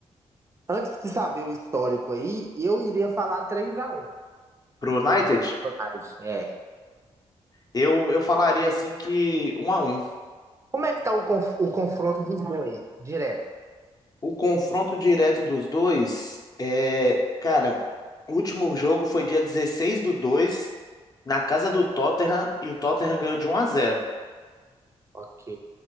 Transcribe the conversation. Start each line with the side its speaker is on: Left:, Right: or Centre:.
Right: antes de saber o histórico aí, eu iria falar três a um
Left: Pro United,
Right: pro Manchester United. É.
Left: eu, eu falaria assim que um a um.
Right: Como é que tá o, conf- o confronto dos dois, direto?
Left: O confronto direto dos dois é, cara, o último jogo foi dia 16 do 2 na casa do Tottenham e o Tottenham ganhou de um a zero.
Right: Ok.